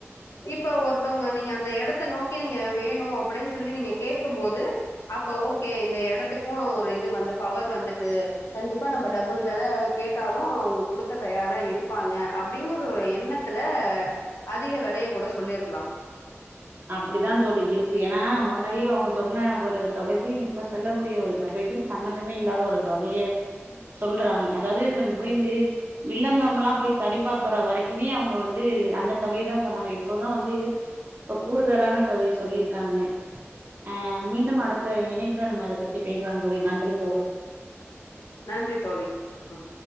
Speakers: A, on the left; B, on the right.
A: இப்ப ஒருத்தவுங்க நீங்க அந்த எடத்த நோக்கி நீங்க வேணு‌ அப்புடின் சொல்லி நீங்க கேட்க்கும் போது அப்ப ஓகே இந்த எடத்துக்கு ஒரு இது வந்து பவர் வந்துட்டு கண்டிப்பா நம்ப டபுள் வெல கேட்டாலு அவுங்க குடுக்க தயாரா இருப் பாங்க அப் னொரு எண்ணத்துல அதிக வெலைய கூட சொல்லியிருக்கலா
B: அப்புடிதா தோழி இருக்கு ஏனா முன்னாடியே அவுங்க சொன்ன ஒரு தொகைக்கு இப்ப சொல்லக்கூடிய ஒரு தொகைக்கும் சம்மந்தமே இல்லாத ஒரு தொகையே சொல்றாங் அதாவுது நம் மொய்ந்து வில்லங்கம்ல்லா போய் சரிபாக்குற வரைக்குமே அவுங்க வந்து அந்த தொகையதா சொன்னாங்க இப்போதா வந்து ப கூடுதலான தொகைய சொல்லியிருக்காங்க அ மீண்டும் அடுத்த இணைப்புல நம்ம அத பத்தி பேசலா தோழி நன்றி தோழி
A: நன்றி தோழி ம்